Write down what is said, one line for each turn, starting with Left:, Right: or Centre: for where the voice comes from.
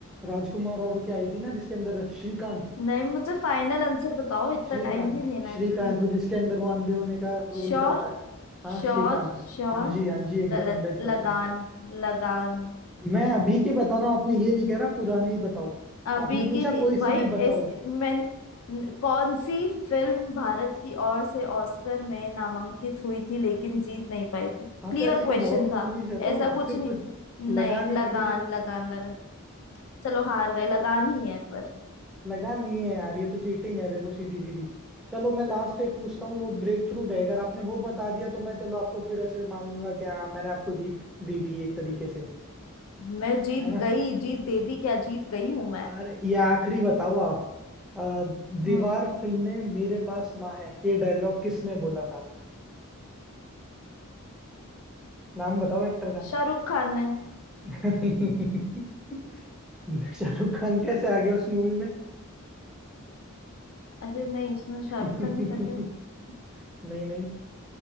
Centre: राजकुमार राव की आई थी ना जिसके अंदर श्रीकांत
Left: नहीं मुझे फाइनल आंसर बताओ इतना
Centre: श्रीकांत
Left: टाइम नहीं लेना है
Centre: श्रीकांत
Left: जल्दी
Centre: वो जिसके अंदर वो अंधे होने का रोल
Left: श्योर
Centre: करता है हाँ
Left: श्योर
Centre: श्रीकांत है
Left: श्योर
Centre: हाँ जी हाँ जी एकदम
Left: गलत
Centre: हंड्रेड परसेंट
Left: लगान लगान
Centre: मैं अभी के बता रहा हूँ आपने ये नहीं कह रहा पुरानी बताओ आपने
Left: बिगिनी
Centre: पूछा कोई
Left: भाई
Centre: से भी बताओ
Left: ऐसी मैं कौन सी फिल्म भारत की ओर से ऑस्कर में नामांकित हुई थी लेकिन जीत नहीं पाई थी
Centre: हाँ
Left: क्लियर
Centre: तो ऐसी तो
Left: क्वेश्चन
Centre: बहुत मूवीज
Left: था
Centre: है तो
Left: ऐसा कुछ
Centre: सिर्फ
Left: नहीं नहीं
Centre: लगानी
Left: लगान
Centre: थोड़ी है
Left: लगान लगान चलो हार गए लगान ही है पर
Centre: लगान नहीं है यार ये तो चीटिंग है देखो सीधी सीधी चलो मैं लास्ट एक पूछता हूँ वो ब्रेक थ्रू रहेगा अगर आपने वो बता दिया तो मैं चलो आपको फिर ऐसे मान लूंगा कि हाँ मैंने आपको जीत दे दी एक तरीके से
Left: मैं जीत
Centre: है ना
Left: गई जीत दे दी क्या जीत गई हूं
Centre: अरे
Left: मैं
Centre: ये आखिरी बताओ आप अ, दीवार
Left: हम्म
Centre: फिल्म में मेरे पास माँ है ये डायलॉग किसने बोला था नाम बताओ एक्टर का
Left: शाहरुख खान ने
Centre: <laughs> शाहरुख खान कैसे आ गया उस मूवी में
Left: अरे नहीं उसमें शाहरुख
Centre: <laughs>
Left: खान नहीं था क्या
Centre: नहीं नहीं